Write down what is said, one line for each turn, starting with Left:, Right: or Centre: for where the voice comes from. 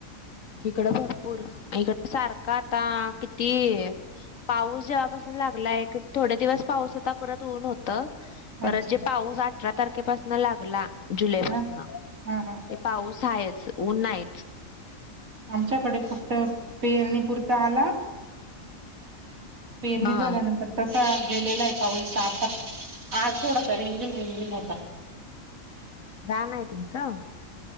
Left: इकडं भरपूर, इकड सारखा आता किती. पाऊस जेव्हापासून लागलाय, थोडे दिवस पाऊस होता आता परत ऊन होत. परत
Right: अच्छा
Left: जे पाऊस, अठरा तारखेपासन लागला जुलै
Right: हा
Left: पासन.
Right: हा हा
Left: पाऊस आहेच, ऊन नाहीच.
Right: आमच्याकडे फक्त पेरणीपुरता आला. पेरणी
Left: हां,
Right: झाल्यानंतर तस गेलेला पाऊलचा, आज थोडासा रिमझिम होता.
Left: राण आहे तुमचं?